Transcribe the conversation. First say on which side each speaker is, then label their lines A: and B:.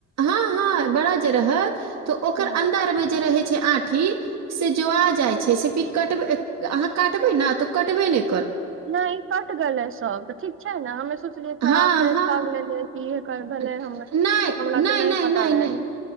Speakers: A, on the right (about 60°); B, on the right (about 45°).
A: हँ हा बड़ा जे रहत तऽ ओकर
B: हँ
A: अन्दरमे जे रहै छै आठी से जोआ जाइ छै से पिक अहाँ काटबे न तऽ कटबे ने
B: नहि कटि गेलै सभ तऽ ठीक छै ने हमे सोचलियै
A: हँ
B: खराब छै
A: हँ
B: ठग लेलै कि एकर भेलै
A: नहि
B: हमे हमरा
A: नहि
B: तऽ
A: नहि
B: पता
A: नहि नहि
B: रहै